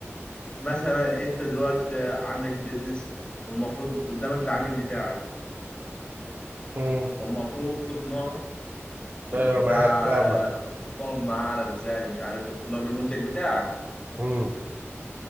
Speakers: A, on the left (about 20°); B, on the right (about 40°).
A: فمثلا انت دلوقتي عندك بيزنس والمفروض قدامك العميل بتاعك
B: امم
A: فالمفروض تقنعه بالبتاع
B: ايوه معاك فاهمك
A: تتفاوض معاه على السعر مش عارف ايه وتقنعه بالمنتج بتاعك
B: امم